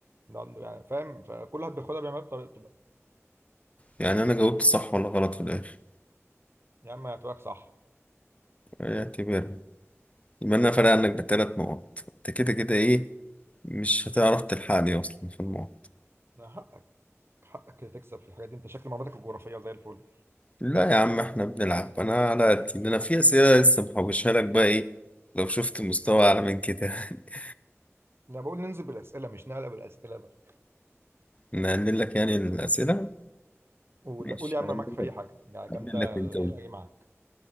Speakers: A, on the right; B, on the left.
A: ده عنده يعني فاهم فكل واحد بياخدها بيعملها بطريقته بقى
B: يعني انا جاوبت صح ولا غلط في الاخر
A: يا عم هتبقى صح
B: اعتبرها يبقى انا فارق عنك بثلاث نقط انت كده كده ايه مش هتعرف تلحقني اصلا في الموضوع
A: حقك حقك كده تكسب في الحاجات دي انت شكل معلوماتك الجغرافية زي الفل
B: لا يا عم احنا بنلعب انا على قدي ده انا في اسئله لسه محوشها لك بقى ايه لو شفت مستوى اعلى من كده <laughs>
A: انا بقول ننزل بالاسئلة مش نعلق بالاسئلة بقى
B: نقلل لك يعني الاسئله
A: ولا
B: ماشي
A: قول يا عم
B: هقلل
A: أنا معاك في
B: لك
A: اي حاجه يعني
B: هقلل
A: جامده
B: لك
A: قليله
B: الجو
A: ايه معاك